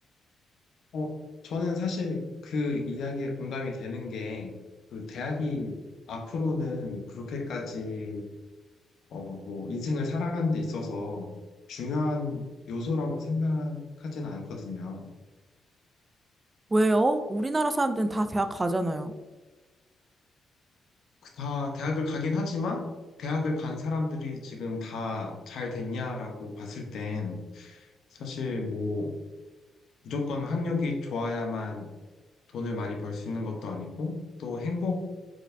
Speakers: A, on the left; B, on the right.
A: 어, 저는 사실 그 이야기에 공감이 되는 게, 그 대학이 앞으로는 그렇게까지, 어, 뭐, 인생을 살아가는 데 있어서 중요한 요소라고 생각하지는 않거든요.
B: 왜요? 우리나라 사람들은 다 대학 가잖아요.
A: 그다 대학을 가긴 하지만, 대학을 간 사람들이 지금 다 잘 됐냐라고 봤을 땐, 사실 뭐, 무조건 학력이 좋아야만 돈을 많이 벌 수 있는 것도 아니고, 또 행복,